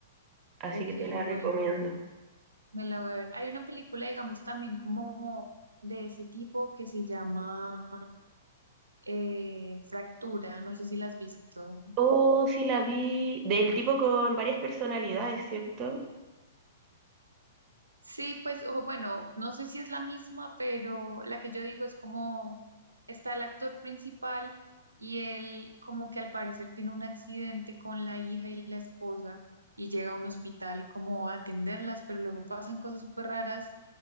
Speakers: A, on the right; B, on the right.
A: Así
B: Ok,
A: que te la
B: bueno,
A: recomiendo.
B: me la voy a ver. Hay una película, digamos, también como de ese tipo que se llama eh, Fractura. No sé si la has visto.
A: Oh, sí la vi del tipo con varias personalidades, ¿cierto?
B: Sí, pues o bueno, no sé si es la misma, pero la que yo digo es como está el actor principal y él como que al parecer tiene un accidente con la hija y la esposa y llega a un hospital como a atenderlas, pero luego pasan cosas súper raras,